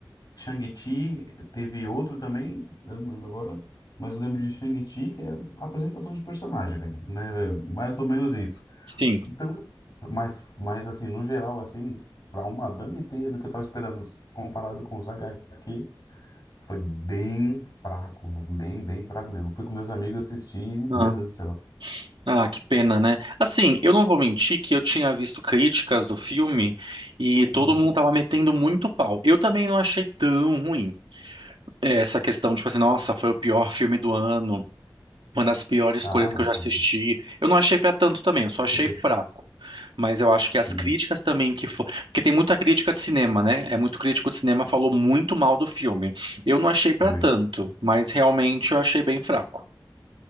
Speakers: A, on the left (about 55°); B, on the right (about 90°).
A: Shang-Chi, teve outro também, eu não lembro agora, mas eu lembro de Shang-Chi, que é apresentação de personagem, velho, né? Velho? Mais ou menos isso.
B: Sim.
A: Então, mas, mas assim, no geral, assim, para um madame ter do que eu tava esperando, comparado com os H HQ, foi bem fraco, né? Bem, bem fraco mesmo. Fui com meus amigos assistir,
B: Ah,
A: meu Deus do céu.
B: ah, que pena, né? Assim, eu não vou mentir que eu tinha visto críticas do filme e todo
A: Uhum.
B: mundo tava metendo muito pau. Eu também não achei tão ruim. É, Essa questão, tipo assim, nossa, foi o pior filme do ano. Uma das piores
A: Ah,
B: coisas
A: não.
B: que eu
A: tá.
B: já assisti. Eu não achei pra tanto também, eu só achei
A: <laughs>
B: fraco. Mas eu acho que
A: Sim,
B: as críticas também que foi. Porque tem muita crítica de cinema, né? É muito crítico de cinema, falou muito mal do filme. Eu não achei pra
A: foi.
B: tanto, mas realmente eu achei bem fraco.